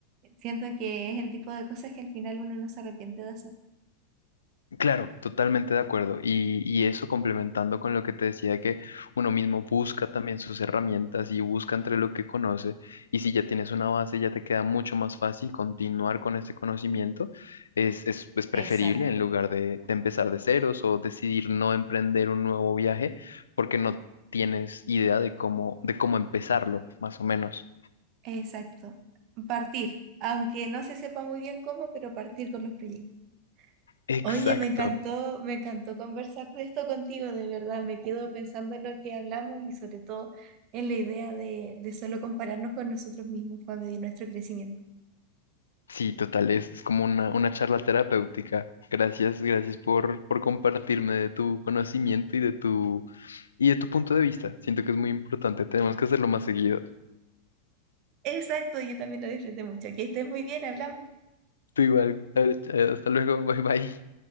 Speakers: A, on the right; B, on the left.
A: siento que es el tipo de cosas que al final uno no se arrepiente de hacer.
B: Claro, totalmente de acuerdo. Y, y eso complementando con lo que te decía, que uno mismo busca también sus herramientas y busca entre lo que conoce. Y si ya tienes una base, ya te queda mucho más fácil continuar con ese conocimiento. Es, es, es preferible
A: Exacto,
B: en lugar de, de empezar de ceros o decidir no emprender un nuevo viaje porque no tienes idea de cómo, de cómo empezarlo, más o menos.
A: exacto. Partir, aunque no se sepa muy bien cómo, pero partir con los proyectos.
B: Exacto.
A: Oye, me encantó, me encantó conversar de esto contigo, de verdad. Me quedo pensando en lo que hablamos y sobre todo en la idea de, de solo compararnos con nosotros mismos para medir nuestro crecimiento.
B: Sí, total, es, es como una, una charla terapéutica. Gracias, gracias por, por compartirme de tu conocimiento y de tu, y de tu punto de vista. Siento que es muy importante, tenemos que hacerlo más seguido.
A: Exacto, yo también lo disfruté mucho. Que estés muy bien, hablamos.
B: Tú igual, eh, hasta luego, <laughs> bye bye.